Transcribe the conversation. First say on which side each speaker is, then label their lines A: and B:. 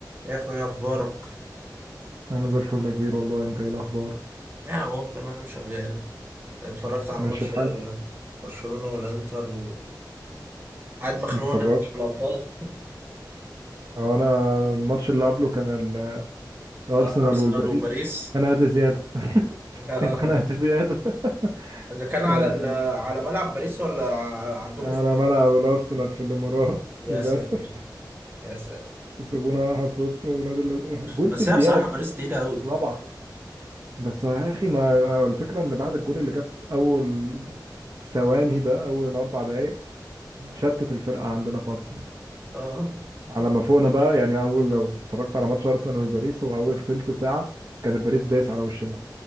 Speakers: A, on the right (about 30°); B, on the right (about 55°).
A: يا اخويا إيه اخبارك
B: انا زي الفل يا كبير والله انت ايه الاخبار
A: يا اهو تمام شغال اتفرجت على
B: ماشي
A: ماتش
B: الحال
A: آه، برشلونة والانتر وقاعد مخنوق
B: اتفرج
A: ان انا مش في الابطال
B: هو انا الماتش اللي قبله كان ال-
A: <laughs>
B: الارسنال
A: آه، ارسنال
B: والباريس
A: وباريس
B: اتخنقت زياده <laughs>
A: <laughs> آه،
B: اتخنقت زياده <laughs>
A: اللي كان على
B: يعني
A: ال- على ملعب باريس ولا ع- عندكم
B: على
A: في
B: ملعب الارسنال في الامارات
A: يا
B: للاسف
A: ساتر يا ساتر
B: يسيبونا 1-0 ولاد ال... جول
A: بس
B: في الدقيقه
A: هي بصراحة باريس تقيلة قوي
B: الرابعه بس يا اخي ما الفكره ان بعد الجول اللي جاب في اول ثواني ده اول اربع دقائق شتت الفرقه عندنا في ارسنال
A: اه
B: على ما فوقنا بقى يعني اول لو اتفرجت على ماتش ارسنال وباريس هو اول تلت ساعه كان باريس دايس على وشنا